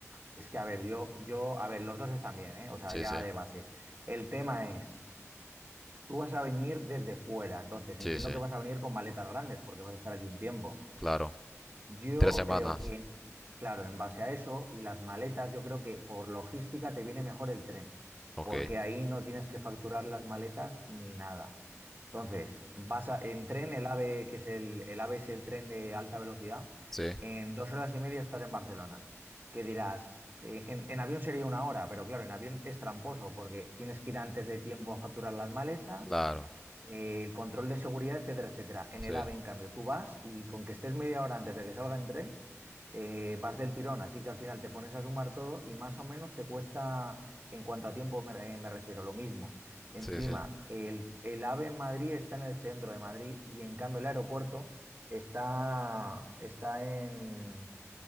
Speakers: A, on the right (about 40°); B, in the centre.
A: es que a ver, yo, yo, a ver, los dos están bien, ¿eh? O sea,
B: Sí,
A: ya
B: sí,
A: de base. El tema es Tú vas a venir desde fuera, entonces
B: sí,
A: entiendo
B: sí,
A: que vas a venir con maletas grandes porque vas a estar aquí un tiempo.
B: claro.
A: Yo
B: Tres semanas,
A: creo que, claro, en base a eso y las maletas, yo creo que por logística te viene mejor el tren,
B: ok.
A: porque ahí no tienes que facturar las maletas ni nada. Entonces, vas a- en tren, el AVE, que es el, el AVE es el tren de alta velocidad,
B: Sí,
A: en dos horas y media estás en Barcelona. ¿Qué dirás? Eh, en, en avión sería una hora, pero claro, en avión es tramposo porque tienes que ir antes de tiempo a facturar las maletas
B: claro,
A: eh, el control de seguridad, etcétera, etcétera. En
B: sí,
A: el AVE, en cambio, tú vas y con que estés media hora antes de que salga en tren, eh, vas del tirón, así que al final te pones a sumar todo y más o menos te cuesta, en cuanto a tiempo me, eh, me refiero, lo mismo. Encima,
B: sí, sí,
A: el, el AVE en Madrid está en el centro de Madrid y en cambio el aeropuerto está, está en,